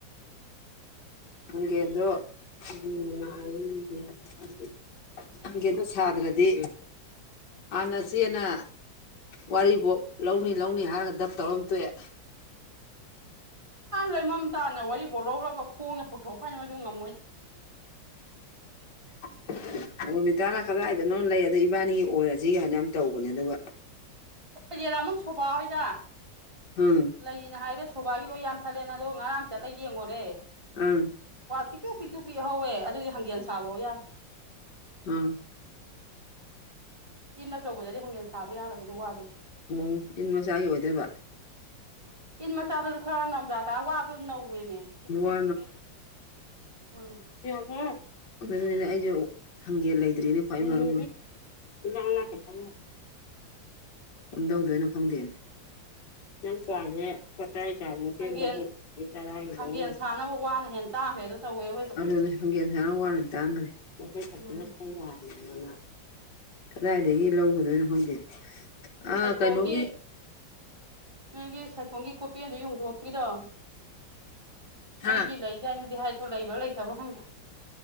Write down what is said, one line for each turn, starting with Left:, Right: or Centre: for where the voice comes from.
Left: ꯍꯦ ꯑꯗꯨꯣ ꯃꯅꯥ ꯑꯩ ꯍꯦꯁꯗ꯭ꯔꯗꯤ ꯍꯥꯟꯅ ꯆꯦꯅ ꯋꯥꯔꯤꯐꯥꯎ ꯂꯧꯅꯤ ꯂꯧꯅꯤ ꯍꯥꯏꯔꯒ ꯗꯞ ꯇꯧꯔꯝ ꯊꯣꯛꯑꯦ
Right: ꯂꯩꯃꯝ ꯇꯥꯅ ꯋꯥꯔꯤ ꯕꯣꯠ ꯂꯧꯔꯒ ꯈꯣꯡꯅ ꯄꯨꯊꯣꯛꯄ ꯍꯥꯏꯅ ꯃꯗꯨ ꯉꯝꯃꯣꯏ
Left: <inaudible> ꯔꯣꯃꯤꯇꯥꯅ ꯀꯗꯥꯏꯗꯅꯣ ꯂꯩ ꯑꯗꯨ ꯏꯕꯥꯅꯤꯒꯤ ꯑꯣꯏꯔꯁꯤ ꯀꯥꯏꯅ ꯌꯥꯝ ꯇꯧꯕꯅꯦ ꯑꯗꯨꯒ
Right: <inaudible>
Left: ꯍꯝ
Right: ꯂꯩꯌꯦꯅ ꯍꯥꯏꯔꯦ ꯁꯣꯕꯥꯏꯒꯤ ꯂꯣꯏ ꯌꯥꯝꯊꯠꯂꯦꯅ ꯑꯗꯣ ꯉꯔꯥꯡ ꯆꯠꯂꯒ ꯌꯦꯡꯉꯨꯔꯦ
Left: ꯑꯪ
Right: ꯋꯥ ꯄꯤꯛꯇꯨ ꯄꯤꯛꯇꯨ ꯄꯤꯛꯍꯧꯋꯦ ꯑꯗꯨꯗꯤ ꯍꯥꯡꯒꯦꯟ ꯁꯥꯕꯧ ꯌꯥꯔ
Left: ꯎꯝ
Right: ꯏꯟ ꯑꯆꯧꯕꯗꯗꯤ ꯍꯪꯒꯦꯟ ꯁꯥꯕ ꯌꯥꯔꯣꯏꯕꯗꯨ ꯋꯥꯗ
Left: ꯑꯣ ꯏꯟ ꯃꯆꯥꯒꯤ ꯑꯣꯏꯗꯕ
Right: ꯏꯟ ꯃꯆꯥꯗꯨꯁꯨ ꯈꯔ ꯅꯧꯗꯥ ꯇꯥꯔ ꯋꯥꯗꯣ ꯅꯧꯋꯦꯅꯦ ꯄꯤꯊꯣꯛ
Left: ꯋꯥ
Right: ꯄꯤꯊꯨꯞ ꯄꯤ ꯎ
Left: ꯌꯥ ꯍ ꯑꯗꯨꯅꯅꯤꯅꯦ ꯑꯩꯁꯨ ꯍꯪꯒꯦ ꯂꯩꯇ꯭ꯔꯤꯅꯦ ꯈ꯭ꯋꯥꯏ ꯃꯔꯨ ꯑꯣꯏ ꯀꯝꯗꯧꯗꯣꯏꯅꯣ ꯈꯪꯗꯦ ꯌꯥꯝ ꯆꯁꯦ ꯐꯠꯇꯥꯏ <unintelligible>
Right: ꯍꯪꯒꯦꯟ
Left: ꯆ ꯃ ꯏ
Right: ꯍꯪꯒꯦꯟ ꯁꯥꯅꯕ ꯋꯥꯅ ꯍꯦꯟꯅ ꯇꯥꯡꯈ꯭ꯔꯦ ꯑꯗꯣ ꯇꯧꯋꯦ ꯑꯋꯣꯏꯕ
Left: ꯑꯗꯨꯅꯦ ꯍꯪꯒꯦꯟ ꯁꯥꯅ ꯋꯥꯅꯤ ꯇꯥꯡꯈ꯭ꯔꯦ <unintelligible>
Right: ꯎꯝ
Left: ꯀꯗꯥꯏꯗꯒꯤ ꯂꯧꯔꯨꯗꯣꯏꯅꯣ ꯈꯪꯗꯦ ꯑꯥ
Right: ꯁꯥꯏꯈꯣꯝꯒꯤ
Left: ꯀꯩꯅꯣꯒꯤ
Right: ꯅꯣꯏꯒꯤ ꯁꯥꯏꯈꯣꯝꯒꯤ ꯒꯣꯄꯦꯟꯗꯨ ꯌꯨꯝꯊꯣꯡꯒꯤꯗꯣ ꯃꯣꯏꯒꯤ
Left: ꯍꯥ
Right: ꯂꯩ ꯀꯥꯏꯅꯗꯤ ꯍꯥꯏ ꯑꯗꫭ ꯂꯩꯕ꯭ꯔꯥ ꯂꯩꯇꯕ꯭ꯔꯥ ꯈꯪꯗ‌ꯦ